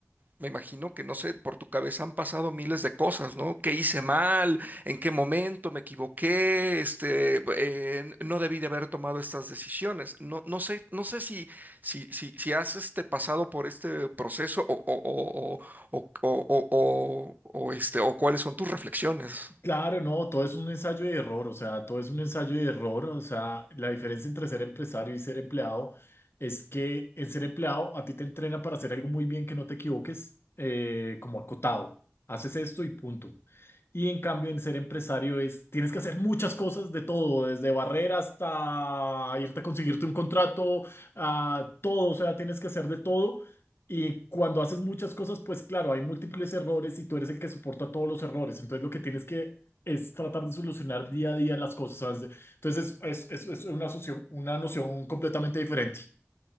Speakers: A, on the right; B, on the left.
A: me imagino que, no sé, por tu cabeza han pasado miles de cosas, ¿no? ¿Qué hice mal? ¿En qué momento me equivoqué? Este, eh, n- no debí de haber tomado estas decisiones. No, no sé, no sé si, si, si, si has este, pasado por este proceso o, o, o, o, o, o, o, o, este, o cuáles son tus reflexiones.
B: Claro, no, todo es un ensayo y error, o sea, todo es un ensayo y error, o sea, la diferencia entre ser empresario y ser empleado es que en ser empleado a ti te entrena para hacer algo muy bien que no te equivoques, eh, como acotado, haces esto y punto. Y en cambio en ser empresario es, tienes que hacer muchas cosas de todo, desde barrer hasta irte a conseguirte un contrato, a todo, o sea, tienes que hacer de todo Y cuando haces muchas cosas, pues claro, hay múltiples errores y tú eres el que soporta todos los errores. Entonces lo que tienes que es tratar de solucionar día a día las cosas, ¿sabes? Entonces es, es- es- es una, socio- una noción completamente diferente.